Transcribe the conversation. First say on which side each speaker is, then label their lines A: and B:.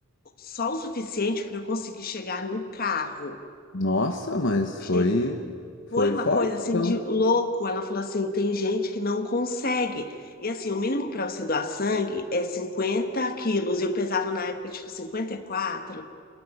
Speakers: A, on the left; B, on the left.
A: só o suficiente para eu conseguir chegar no carro.
B: Nossa, mas
A: Che-
B: foi foi
A: foi uma
B: forte,
A: coisa assim
B: então.
A: de louco. Ela falou assim: tem gente que não consegue. E assim, o mínimo para você doar sangue é 50 quilos. Eu pesava na época, tipo, 54. E quatro.